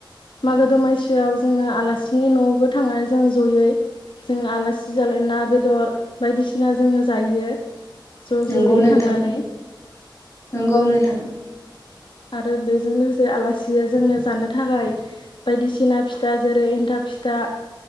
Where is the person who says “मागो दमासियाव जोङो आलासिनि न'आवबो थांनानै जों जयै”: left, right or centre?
Left